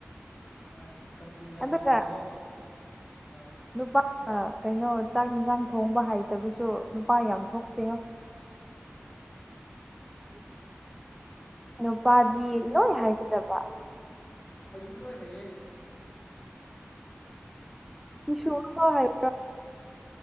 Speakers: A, on the left; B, in the centre.
A: ꯍꯣꯏ ꯀꯝꯗꯦꯟꯅꯦꯌꯝ
B: ꯑꯗꯨꯒ
A: ꯇꯧꯕꯗꯨꯀꯣ ꯍꯣꯏ꯫
B: ꯅꯨꯄꯥ ꯑ ꯀꯩꯅꯣ ꯆꯥꯛ ꯍꯤꯟꯖꯥꯡ ꯊꯣꯡꯕ ꯍꯩꯇꯕꯁꯨ ꯅꯨꯄꯥ ꯌꯥꯝ ꯊꯣꯛꯇꯦꯉꯣ꯫ ꯅꯨꯄꯥꯗꯤ ꯂꯣꯏ ꯍꯥꯏꯒꯗꯕ
A: ꯑꯩꯗꯤ ꯂꯣꯏ ꯍꯩꯌꯦ
B: ꯁꯤꯤꯁꯨ ꯍ